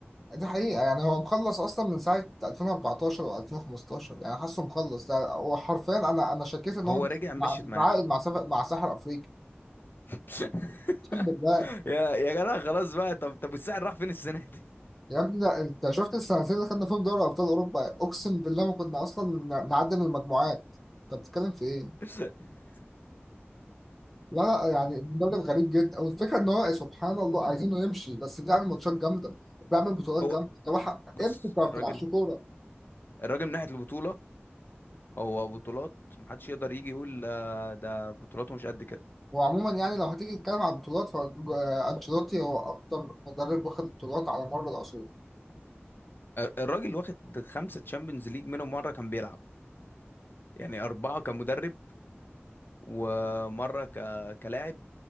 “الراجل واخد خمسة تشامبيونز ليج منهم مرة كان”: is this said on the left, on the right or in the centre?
Left